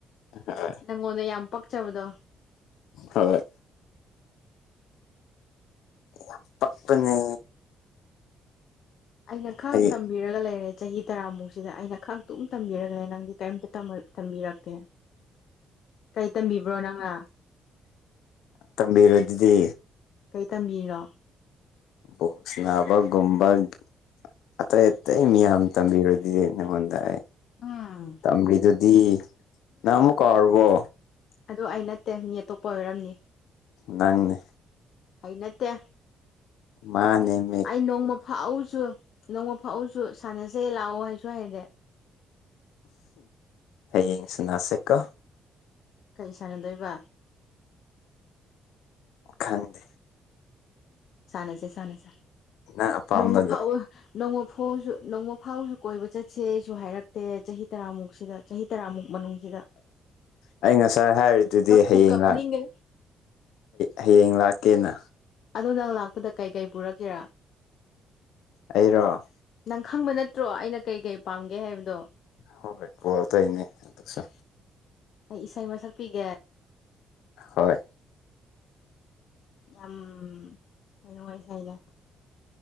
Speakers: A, on the left (about 85°); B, on the left (about 65°).
A: ꯍꯣꯏ
B: ꯅꯪꯉꯣꯟꯗ ꯌꯥꯝ ꯄꯛꯆꯕꯗꯣ
A: ꯍꯣꯏ ꯌꯥꯝ ꯄꯛꯄꯅꯦ
B: ꯑꯩ ꯅ ꯈꯛ
A: ꯍꯌꯦꯡ
B: ꯇꯝ ꯇꯝꯕꯤꯔꯒ ꯂꯩꯔꯦ ꯆꯍꯤ ꯇꯔꯥꯃꯨꯛꯁꯤꯗ ꯑꯩꯅ ꯈꯥꯛꯇꯨꯝ ꯇꯝꯕꯤꯔꯒꯅꯦ ꯅꯪꯗꯤ ꯀꯔꯤꯝꯇ ꯇꯝꯕꯤꯔꯛꯇꯦ ꯀꯩ ꯇꯝꯕꯤꯕ꯭ꯔꯣ ꯅꯪꯅ
A: ꯇꯝꯕꯤꯔꯗꯨꯗꯤ
B: ꯀꯩ ꯇꯝꯕꯤꯔꯤꯅꯣ
A: <unintelligible> ꯑꯇꯩ ꯑꯇꯩ ꯃꯤꯌꯥꯝꯝ ꯇꯝꯕꯤꯔꯗꯨꯗꯤ ꯅꯉꯣꯟꯗꯑꯩ
B: ꯎꯝ
A: ꯇꯝꯒꯔꯤꯗꯨꯗꯤ ꯅ ꯍꯥꯟꯃꯨꯛ ꯀꯥꯎꯔꯕꯣ
B: ꯑꯗꯣ ꯑꯩ ꯅꯠꯇꯦ ꯃꯤ ꯑꯇꯣꯞꯄ ꯑꯣꯏꯔꯝꯅꯤ
A: ꯅꯪꯅꯤ
B: ꯑꯩꯅꯠꯇꯦ
A: ꯃꯥꯅꯦ
B: ꯑꯩ ꯅꯣꯡꯃ ꯐꯥꯛꯎꯁꯨ ꯅꯣꯡꯃ ꯐꯥꯛꯎꯁꯨ ꯁꯥꯟꯅꯖꯦ ꯂꯥꯛꯑꯣ ꯍꯥꯏꯁꯨ ꯍꯥꯏꯗꯦ
A: ꯍꯌꯦꯡꯁꯅꯥꯁꯦꯀꯣ
B: ꯀꯩ ꯁꯥꯟꯅꯗꯣꯏꯕ
A: ꯈꯪꯗꯦ
B: ꯁꯥꯟꯅꯁꯦ ꯁꯥꯟꯅꯁꯦ
A: ꯅꯪ ꯑꯄꯥꯝꯕꯗꯣ
B: ꯅꯣꯡꯃ ꯐꯥꯎ ꯅꯣꯡꯃ ꯐꯥꯎꯁꯨ ꯅꯣꯡꯃ ꯐꯥꯎꯁꯨ ꯀꯣꯏꯕ ꯆꯠꯁꯦ ꯑꯩꯁꯨ ꯍꯥꯏꯔꯛꯇꯦ ꯆꯍꯤ ꯇꯔꯥꯃꯨꯛꯁꯤꯗ ꯆꯍꯤ ꯇꯔꯥꯃꯨꯛ ꯃꯅꯨꯡꯁꯤꯗ
A: ꯑꯩ ꯉꯁꯥꯏ ꯍꯥꯏꯔꯤꯗꯨꯗꯤ
B: ꯀꯞꯄꯨ
A: ꯍꯌꯦꯡ
B: ꯀꯞꯅꯤꯡꯒꯦ
A: ꯂꯥꯛ ꯍꯌꯦꯡ ꯂꯥꯛꯀꯦꯅ
B: ꯑꯗꯣ ꯅꯪ ꯂꯥꯛꯄꯗ ꯀꯩꯀꯩ ꯄꯨꯔꯛꯀꯦꯔꯥ
A: ꯑꯩꯔꯣ
B: ꯅꯪ ꯈꯪꯕ ꯅꯠꯇ꯭ꯔꯣ ꯑꯩꯅ ꯀꯩ ꯀꯩ ꯄꯥꯝꯒꯦ ꯍꯥꯏꯕꯗꯣ
A: ꯍꯣꯏ ꯍꯣꯏ ꯄꯨꯔꯛꯇꯣꯏꯅꯦ ꯑꯗꯨꯁꯨ
B: ꯑꯩ ꯏꯁꯩ ꯃ ꯁꯛꯄꯤꯒꯦ
A: ꯍꯣꯏ
B: <unintelligible>